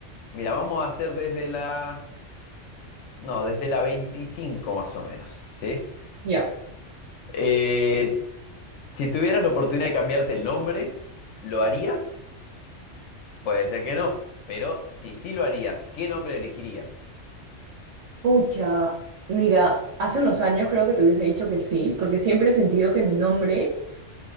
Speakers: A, on the left; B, on the right.
A: mira, vamos a hacer desde la... No, desde la 25 más o menos, ¿sí?
B: ya.
A: Eh, Si tuvieras la oportunidad de cambiarte el nombre, ¿lo harías? Puede ser que no, pero si sí lo harías, ¿qué nombre elegirías?
B: Pucha, mira, hace unos años creo que te hubiese dicho que sí, porque siempre he sentido que mi nombre